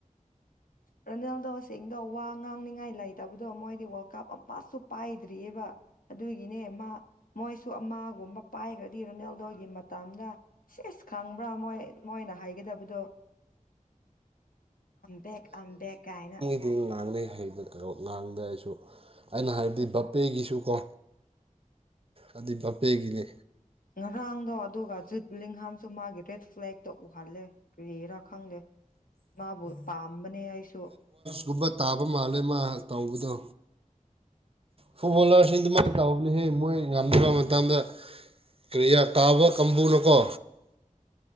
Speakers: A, on the left; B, on the right.
A: ꯔꯥꯅꯦꯜꯗꯣꯁꯤꯡꯗꯣ ꯋꯥ ꯉꯥꯡꯅꯤꯡꯉꯥꯏ ꯂꯩꯇꯕꯗꯣ ꯃꯣꯏꯗꯤ ꯋꯥꯔꯜ ꯀꯞ ꯑꯃꯁꯨ ꯄꯥꯏꯗ꯭ꯔꯤꯑꯕ ꯑꯗꯨꯒꯤꯅꯦ ꯃꯥ ꯃꯣꯏꯁꯨ ꯑꯃꯒꯨꯝꯕ ꯄꯥꯏꯈ꯭ꯔꯗꯤ ꯔꯣꯅꯦꯜꯗꯣꯒꯤ ꯃꯇꯅ ꯁꯦꯁ ꯈꯪꯕ꯭ꯔꯥ ꯃꯣꯏ ꯃꯣꯏꯅ ꯍꯥꯏꯒꯗꯕꯗꯣ ꯕꯦꯛ ꯑꯝꯕꯦꯒ ꯀꯥꯏꯅ
B: ꯑꯗꯨ ꯉꯥꯡꯅꯩ ꯉꯥꯡꯗ꯭ꯔꯁꯨ ꯑꯩꯅ ꯍꯥꯏꯕꯗꯤ ꯕꯄꯦꯒꯤꯁꯨꯀꯣ ꯑꯗꯨꯗꯤ ꯕꯄꯦꯒꯤꯅꯦ
A: ꯉꯔꯥꯡꯗꯣ ꯑꯗꯨꯒ ꯖꯨꯠꯂꯤꯡ ꯍꯥꯥꯝꯁꯨ ꯃꯥꯒꯤ ꯔꯦꯠ ꯐ꯭ꯂꯦꯛꯇ ꯎꯍꯜꯂꯦ ꯀꯔꯤꯔꯥ ꯈꯪꯗꯦ ꯃꯥꯕꯨ ꯄꯥꯝꯕꯅꯦ ꯑꯩꯁꯨ
B: ꯒꯨꯝꯕ ꯇꯥꯕ ꯃꯥꯜꯂꯦ ꯃꯥ ꯇꯧꯕꯗꯣ ꯐꯨꯠꯕꯣꯂꯔꯁꯤꯡ ꯑꯗꯨꯃꯥꯏꯅ ꯇꯧꯕꯅꯤ ꯍꯦ ꯃꯣꯏ ꯉꯝꯗꯕ ꯃꯇꯝꯗ ꯀ꯭ꯔꯤꯌꯥ ꯇꯥꯕ ꯀꯥꯡꯕꯨꯅꯀꯣ